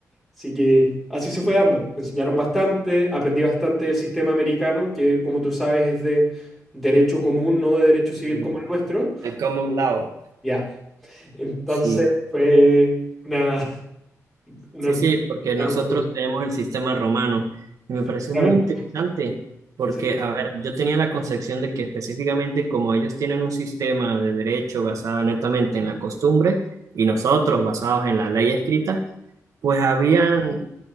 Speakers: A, in the centre; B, on the right.
A: Así que así se fue dando. Me enseñaron bastante, aprendí bastante del sistema americano, que como tú sabes es de derecho común, no de derecho civil
B: Ujú.
A: como el nuestro.
B: El common law,
A: Ya, Entonces
B: sí.
A: fue una, una,
B: Sí, sí, porque nosotros
A: una oportunidad.
B: tenemos el sistema romano y
A: Efectivamente.
B: me parece muy interesante porque,
A: Sí,
B: a ver, yo tenía la concepción de que específicamente como ellos tienen un sistema de derecho basado netamente en la costumbre y nosotros basados en la ley escrita, pues habían,